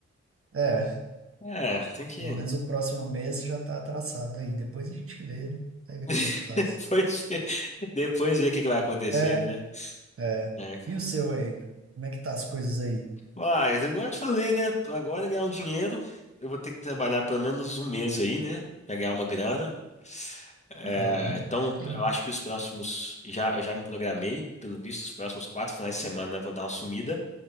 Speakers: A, on the right; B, on the left.
A: É,
B: É, tem que
A: Pelo menos o próximo mês já está traçado aí. Depois a gente vê, né? Vai ver como é
B: <laughs>
A: que faz.
B: depois ver, depois ver o que que vai acontecer,
A: É,
B: né?
A: é.
B: É, cara.
A: E o seu aí? Como é que tá as coisas aí?
B: Mas, agora eu te falei, né? Agora ganhar um dinheiro, eu vou ter que trabalhar pelo menos um mês aí, né? Pra ganhar uma grana. É,
A: Aham,
B: então,
A: É.
B: eu acho que os próximos. Já, eu já me programei, pelo visto, os próximos quatro finais de semana eu vou dar uma sumida.